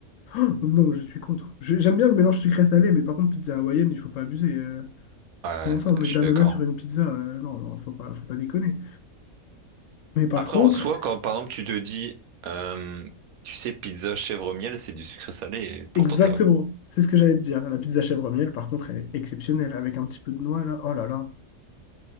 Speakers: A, on the left; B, on the right.
A: Non, je suis contre. Je- J'aime bien le mélange sucré-salé, mais par contre, pizza hawaïenne, il faut pas abuser. euh.
B: ouais,
A: comment ça, on met
B: je suis
A: de l'ananas
B: d'accord.
A: sur une pizza? Euh, non, non, faut pas, faut pas déconner. Mais par
B: Après,
A: contre,
B: en soi, quand, par exemple, tu te dis, euh, tu sais, pizza chèvre miel, c'est du sucré salé, et pourtant,
A: exactement,
B: t'as,
A: c'est ce que j'allais te dire. La pizza chèvre miel, par contre, elle est exceptionnelle, avec un petit peu de noix, là. Oh là là,